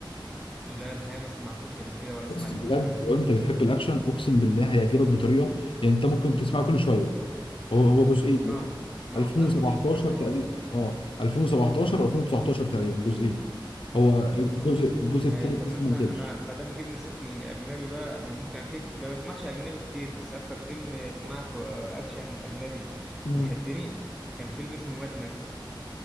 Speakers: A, in the centre; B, on the left.
A: لا الحقيقه ما سمعتوش قبل كده ولا
B: بس
A: اسمع الاسم
B: بجد
A: ده قبل
B: لو
A: كده
B: انت بتحب الاكشن اقسم بالله هيعجبك بطريقه يعني انت ممكن تسمعه كل شويه هو هو جزئين
A: اسمعه هسمعه
B: 2017
A: ما دام ترشيحك اسمعه
B: تقريبا
A: يا صديقي
B: اه 2017 و2019 تقريبا جزئين هو
A: هسمعه
B: الجزء الجزء
A: آه،
B: التالت
A: طب
B: لسه
A: مثلا
B: ما نزلش
A: انا ما دام جبنا سيره الاجنبي بقى انا ممكن في في- ما بسمعش اجنبي كتير بس اكتر فيلم سمعته آه، اكشن اجنبي
B: مم.
A: وشدني كان فيلم اسمه ماد ماكس